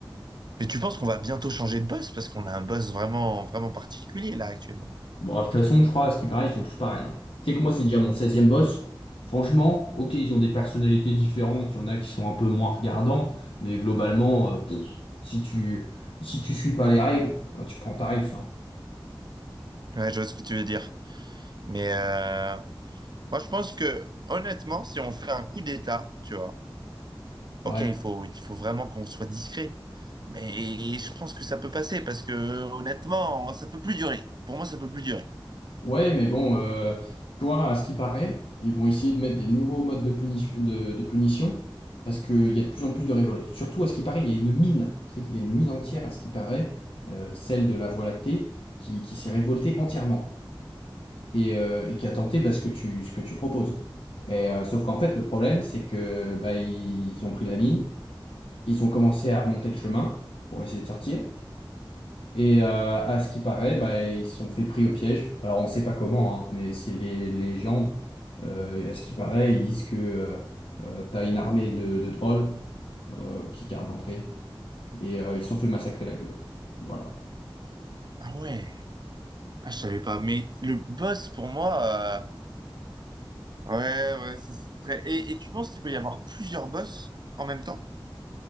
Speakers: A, on the right; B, on the left.
A: Mais tu penses qu'on va bientôt changer de boss parce qu'on a un boss vraiment, vraiment particulier là actuellement.
B: Bon, de toute façon, je crois, à ce qui paraît, ils sont tous pareils. hein. Tu sais que moi, c'est déjà mon seizième boss. Franchement, ok, ils ont des personnalités différentes. Il y en a qui sont un peu moins regardants. Mais globalement, euh, pff, si tu, si tu suis pas les règles, bah, tu prends tarif. Hein.
A: Ouais, je vois ce que tu veux dire. Mais euh, moi, je pense que honnêtement, si on fait un coup d'État, tu vois.
B: Ouais.
A: ok, il faut, il faut vraiment qu'on soit discret. Mais je pense que ça peut passer parce que honnêtement, ça peut plus durer. Pour moi, ça peut plus durer.
B: Ouais, mais bon, euh, tu vois, à ce qui paraît, ils vont essayer de mettre des nouveaux modes de punition, de, de punition parce qu'il y a de plus en plus de révoltes. Surtout, à ce qui paraît, il y a une mine. Tu sais il y a une mine entière, à ce qui paraît, euh, celle de la Voie lactée, qui, qui s'est révoltée entièrement. et, euh, et qui a tenté bah, ce que tu, ce que tu proposes. Et, euh, sauf qu'en
A: Ouais.
B: fait, le problème, c'est que bah, ils ont pris la ligne, ils ont commencé à remonter le chemin pour essayer de sortir. Et euh, à ce qui paraît, bah, ils se sont fait pris au piège. Alors, on sait pas comment, hein, mais c'est les les légendes. Euh, et à ce qui paraît, ils disent que euh, euh, t'as une armée de, de trolls euh, qui gardent l'entrée. Et euh, ils se sont fait massacrer la gueule. Voilà.
A: Ah ouais. Ah, je savais pas. Mais le boss, pour moi, euh, ouais, ouais, ça serait. Et, et tu penses qu'il peut y avoir plusieurs boss en même temps?